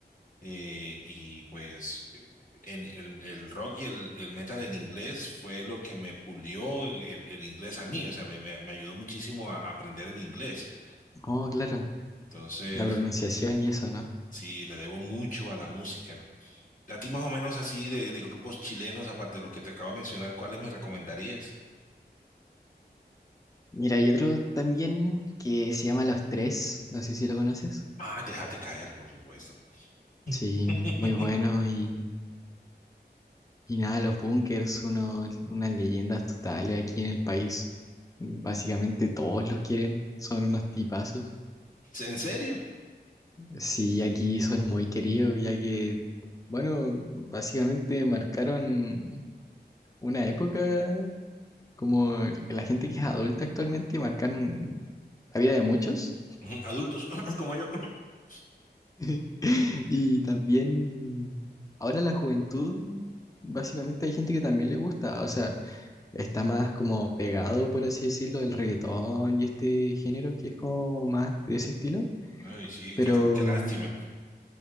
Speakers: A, on the left (about 50°); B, on the left (about 20°).
A: eh, y pues eh, el, el rock y el, el metal en inglés fue lo que me pulió el, el inglés a mí, o sea, me, me- me ayudó muchísimo a, aprender el inglés.
B: Oh, claro,
A: Entonces,
B: la pronunciación y eso, ¿no?
A: sí, le debo mucho a la música. A ti más o menos así de, de grupos chilenos, aparte de los que te acabo de mencionar, ¿cuáles me recomendarías?
B: Mira, hay otro también que se llama Los Tres, no sé si lo conoces.
A: Ah, Déjate caer, por supuesto.
B: Sí,
A: <laughs>
B: muy bueno y, y nada, los bunkers, uno, unas leyendas totales aquí en el país. Básicamente todos los quieren, son unos tipazos.
A: ¿En serio?
B: Sí, aquí son muy queridos, ya que, bueno, básicamente marcaron una época como la gente que es adulta actualmente, marcaron la vida de muchos.
A: Ujú, Adultos <clears throat> como yo. <clears throat>
B: <laughs> Y también ahora la juventud, básicamente hay gente que también le gusta, o sea, está más como pegado, por así decirlo, el reggaetón y este género que es como más de ese estilo.
A: Ay, sí,
B: Pero
A: qué qué lástima.